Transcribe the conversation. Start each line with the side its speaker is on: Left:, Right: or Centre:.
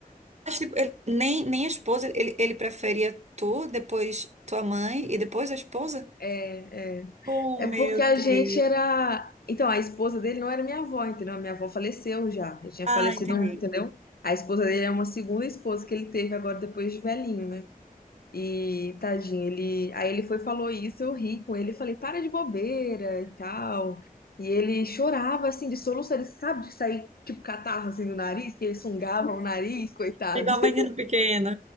Right: Mas, tipo, ele- nem, nem a esposa, ele, ele preferia tu, depois tua mãe e depois a esposa?
Left: É.
Right: Oh,
Left: É
Right: meu
Left: porque a
Right: Deus.
Left: gente era. Então, a esposa dele não era minha avó, entendeu? A minha avó faleceu já. Já tinha
Right: Ah,
Left: falecido,
Right: entendi.
Left: um- entendeu? A esposa dele é uma segunda esposa que ele teve agora depois de velhinho, né? E tadinho, ele. Aí ele foi e falou isso, eu ri com ele, falei, para de bobeira e tal. E ele chorava assim de soluço, ele sabe de sair tipo catarro assim do nariz, que eles sungavam o nariz, coitado.
Right: Igual
Left: <laughs>
Right: menino pequeno.